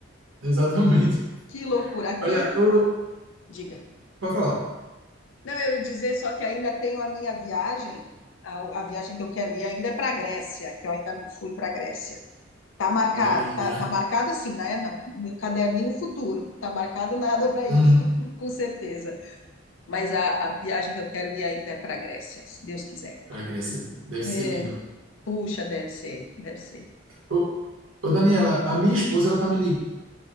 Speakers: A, on the right; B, on the left.
A: Exatamente. <laughs>
B: Que loucura. Aqui,
A: Olha, eu,
B: diga.
A: pode falar.
B: Não, eu ia dizer só que ainda tenho a minha viagem, a, a viagem que eu quero ir ainda é para a Grécia, que eu ainda não fui para a Grécia. Tá marcado,
A: Pô, é lindo,
B: tá,
A: né?
B: tá marcado assim, né? No meu caderninho futuro, não tá marcado nada para ir,
A: Uhum.
B: <laughs> com certeza. Mas a, a viagem que eu quero ir ainda é para a Grécia, se Deus quiser.
A: Para Grécia deve
B: É,
A: ser lindo.
B: puxa, deve ser, deve ser.
A: Ô, ô, Daniela, a minha esposa ela tá me ligando